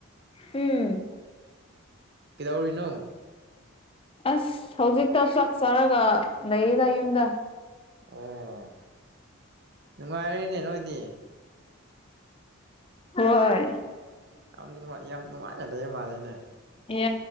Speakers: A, on the left; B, on the right.
A: ꯎꯝ
B: ꯀꯩꯗꯧꯔꯤꯅꯣ
A: ꯑꯁ ꯍꯧꯖꯤꯛꯇ ꯆꯥꯛ ꯆꯔꯒ ꯂꯩꯌꯦꯗ ꯌꯨꯝꯗ
B: ꯑꯣ ꯅꯨꯡꯉꯥꯏꯔꯤꯅꯦ ꯅꯣꯏꯗꯤ
A: ꯍꯣꯏ
B: ꯌꯥꯝ ꯅꯨꯡꯉꯥꯏ ꯌꯥꯝ ꯅꯨꯡꯉꯥꯏꯅ ꯂꯩꯌꯦ ꯃꯥꯜꯂꯅꯦ
A: ꯌꯥ